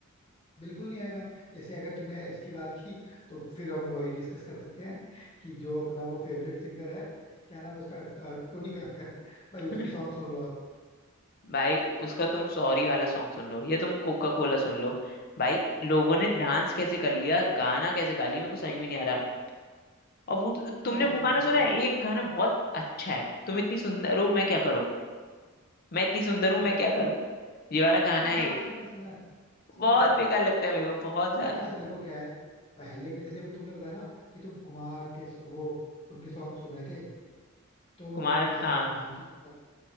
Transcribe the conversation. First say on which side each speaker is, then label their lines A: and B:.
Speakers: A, on the left; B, on the left.
A: बिल्कुल नहीं आएगा जैसे अगर तुमने इसकी बात की तो फिर हम वही डिस्कस कर सकते हैं कि जो अपना वो फेवरेट सिंगर है क्या नाम है उसका अ, टोनी कक्कर
B: <laughs>
A: भाई उसके सॉन्ग सुन लो आप
B: भाई उसका तुम सॉरी वाला सॉन्ग सुन लो या तुम कोका कोला सुन लो भाई लोगों ने डांस कैसे कर लिया गाना कैसे गा लिया मेरे को समझ में नहीं आ रहा और वो
A: नहीं
B: तुमने
A: यार
B: वो
A: देखो
B: गाना
A: क्या
B: सुना
A: है ना
B: है एक गाना बहुत अच्छा है तुम इतनी सुंदर हो मैं क्या करूं मैं इतनी सुंदर हूं
A: कौन
B: मैं क्या
A: सा
B: करूं ये वाला गाना
A: हाँ
B: है
A: हाँ हाँ,
B: एक
A: सुना है सुना है सुना
B: बहुत
A: है
B: बेकार लगता है मेरे
A: नहीं,
B: को बहुत ज्यादा
A: अच्छा देखो क्या है पहले के जैसे अभी तुमने बताया ना कि तुम कुमार के स- वो उनके सॉन्ग सुन रहे थे तो
B: कुमार
A: देखो क्या है
B: हाँ
A: ना मेन चीज पता है